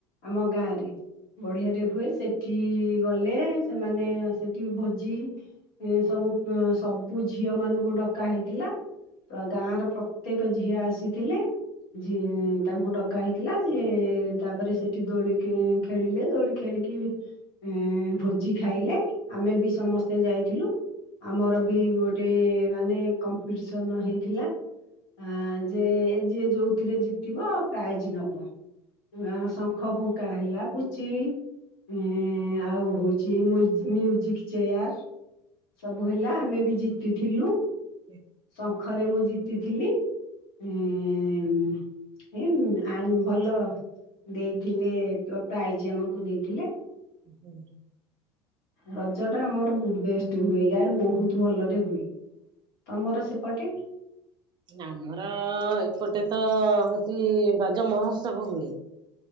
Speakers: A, on the left (about 60°); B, on the right (about 35°).
A: ଆମ ଗାଁରେ ବଢିଆ ରେ ହୁଏ ସେଠି ଗଲେ ସେମାନେ ଭୋଜି ଏ ସବୁ ସବୁ ଝିଅ ମାନଙ୍କୁ ଡକା ହେଇଥିଲା ଗାଁ ର ପ୍ରତ୍ୟେକ ଝିଅ ଆସିଥିଲେ ଝୀ ତାଙ୍କୁ ଡକା କହିଥିଲା ଯେ ତାପରେ ସେଠି ଦୋଳିିକି ଖେଳି ଖେଳିଲେ ଦୋଳି ଖେଳିକି ଉ - ଭୋଜି ଖାଇଲେ ଆମେ ବି ସମସ୍ତେ ଯାଇଥିଲୁ ଆମର ବି ଗୋଟେ ମାନେ କମ୍ପିଟିସନ ହେଇଥିଲା ଆ ଯେ ଏ ଯିଏ ଯୋଉଥିରେ ଜିତିବ ପ୍ରାଇଜ୍ ନବ <unintelligible> ଶଙ୍ଖ ଫୁଙ୍କା ହେଲା ପୁଚି ଏ ଆଉ ହଉଚି ମୁରୁ ମ୍ୟୁଜିକ୍ ଚେୟାର୍ ସବୁ ହେଲା ଆମେ ବି ଜିତିଥିଲୁ
B: ହୁଁ
A: ଶଙ୍ଖରେ ମୁଁ ଜିତିଥିଲି ଉ ଏ ଆ ଭଲ ଦେଇଥିଲେ ପ୍ରାଇଜ ଆମକୁ ଦେଇଥିଲେ
B: ହୁଁ
A: ରଜ ଟା ଆମର ବେ ବେଷ୍ଟ ହୁଏ ୟାଆଡେ ବହୁତ ଭଲରେ ହୁଏ। ତମର ସେପଟେ
B: ଆମର ଏପଟେ ତ ହଉଛି ରଜ ମହୋତ୍ସବ ହୁଏ।